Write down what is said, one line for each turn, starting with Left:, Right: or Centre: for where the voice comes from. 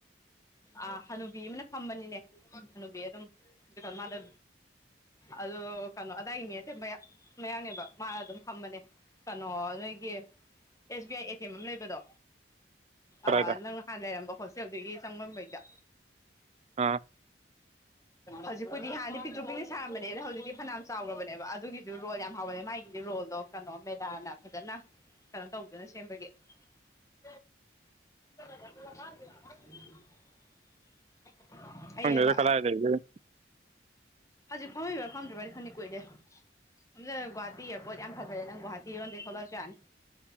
Left: ꯑ ꯍꯅꯨꯕꯤ ꯑꯃꯅ ꯐꯝꯕꯅꯤꯅꯦ ꯍꯅꯨꯕꯤ ꯑꯗꯨꯝ ꯃꯥꯗꯨ ꯑꯗꯨ ꯀꯩꯅꯣ ꯑꯗ ꯑꯗꯥꯏꯗꯤ ꯃꯤ ꯅꯇꯦ ꯃꯌꯥꯡꯅꯦꯕ ꯃꯥ ꯑꯗꯨꯝ ꯐꯝꯕꯅꯦ ꯀꯩꯅꯣ ꯅꯣꯏꯒꯤ S B I A T M ꯑꯃ ꯂꯩꯕꯗꯣ
Right: ꯀꯗꯥꯏꯗ
Left: ꯑꯥ ꯅꯪ ꯍꯥꯟ ꯂꯩꯔꯝꯕ ꯍꯣꯁꯇꯦꯜꯗꯨꯒꯤ ꯆꯪꯕꯝꯂꯩꯗ
Right: ꯑꯥ
Left: ꯍꯧꯖꯤꯛꯄꯨꯗꯤ ꯍꯥꯟꯅꯗꯤ ꯄꯤꯛꯇ꯭ꯔꯨ ꯄꯤꯛꯅ ꯁꯥꯔꯝꯕꯅꯦ ꯑꯗ ꯍꯧꯖꯤꯛꯇꯤ ꯐꯅꯥꯌꯥꯝ ꯆꯥꯎꯔꯕꯅꯦꯕ ꯑꯗꯨꯒꯤꯗꯨ ꯔꯣꯜ ꯌꯥꯝ ꯍꯥꯎꯕꯅꯦ ꯃꯥꯒꯤꯗꯤ ꯔꯣꯜꯗꯣ ꯀꯩꯅꯣ ꯃꯦꯗꯥꯅ ꯐꯖꯅ ꯀꯩꯅꯣ ꯇꯧꯗꯅ ꯁꯦꯝꯕꯒꯤ <inaudible> <unintelligible> ꯑꯩꯑꯦꯒ
Right: ꯈꯪꯗꯦꯗ ꯀꯗꯥꯏ ꯂꯩꯕꯒꯦ
Left: ꯍꯧꯖꯤꯛ ꯐꯝꯃꯤꯕ ꯐꯝꯗꯕꯗꯤ ꯈꯪꯗꯦ ꯀꯨꯏꯔꯦ ꯁꯝꯅ ꯒꯨꯍꯥꯇꯤ ꯏꯌꯥꯔꯄꯣꯔꯠ ꯌꯥꯝ ꯐꯖꯔꯦ ꯅꯪ ꯒꯨꯍꯥꯇꯤꯔꯣꯝꯗꯒꯤ ꯊꯣꯛꯂꯛꯑꯁꯨ ꯌꯥꯅꯤ